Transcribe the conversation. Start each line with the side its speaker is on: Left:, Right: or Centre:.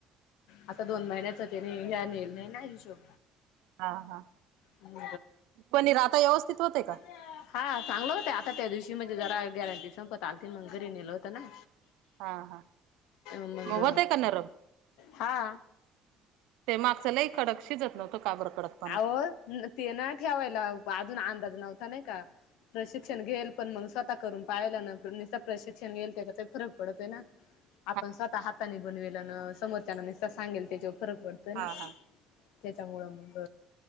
Left: आता दोन महिन्याच त्यानी ह्या लिहले नाही ना हिशोब
Right: हा हा
Left: मग
Right: पण राहता व्यवस्थित होते का?
Left: हा चांगलं होत आता त्या दिवशी म्हणजे जरा गॅरंटी संपत आल त मग घरी नेलं होतं ना.
Right: हा हा
Left: मग
Right: होतय का नरम
Left: हा
Right: ते माग चलं ह कडकशी जत नव्हतं काबर कडक
Left: अह ते ना ठेवायला अजून अंदाज नव्हता नाही का प्रशिक्षण घेईल पण मग स्वतः करून पाहियला ना प्रशिक्षण घेईल त्याच्याही फरक पडत आहे ना
Right: <inaudible>
Left: आपण स्वतः हाताने बनवेल न समोरच्या ना नसता सांगेल त्याच्यावर फरक पडतोय
Right: हा
Left: ना
Right: हा
Left: त्याच्यामुळं मग